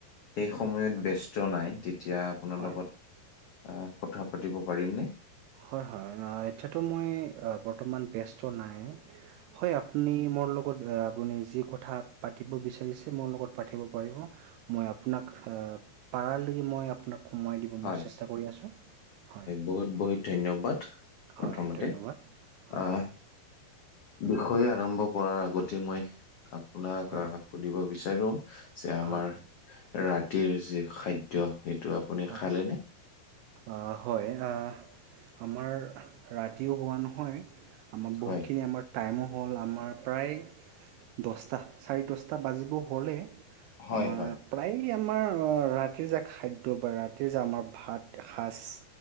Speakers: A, on the left; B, on the right.
A: এই সময়ত
B: হয়
A: ব্যস্ত নাই তেতিয়া আপোনাৰ
B: হয়
A: লগত কথা পাতিব পাৰিমনে?
B: হয়, হয়, এতিয়াতো মই বৰ্তমান ব্যস্ত নাই। হয়, আপুনি মোৰ লগত লগত আপুনি যি কথা পাতিব বিচাৰিছে মোৰ লগত পাতিব পাৰিব মই আপোনাক আ, পাৰালৈকে মই আপোনাক সময় দিব
A: হয়
B: মই চেষ্টা কৰি আছোঁ হয়।
A: বহুত, বহুত ধন্যবাদ প্ৰথমতে
B: হয় ধন্যবাদ। হয়,
A: আ
B: হয়,
A: বিষয়ে আৰম্ভ কৰাৰ আগতে মই আপোনাক
B: হয়,
A: আ সুধিব বিচাৰো যে আমাৰ
B: হয়, হয়।
A: ৰাতিৰ যি খাদ্য সেইটো আপুনি
B: হয়।
A: খালেনে?
B: অঁ' হয় আঁহ আমাৰ ৰাতিও হোৱা নহয়- আমাৰ বহুতখিনি
A: হয়,
B: আমাৰ- টাইমো হ'ল আমাৰ প্ৰায় দছটা চাৰি দছটা বাজিব হ'লে-
A: হয়,
B: আমাৰ
A: হয়,
B: প্ৰায় আমাৰ ৰাতিৰ যে খাইদ- টোবাৰ ৰাতি যে আমাৰ ভাত এশাজ-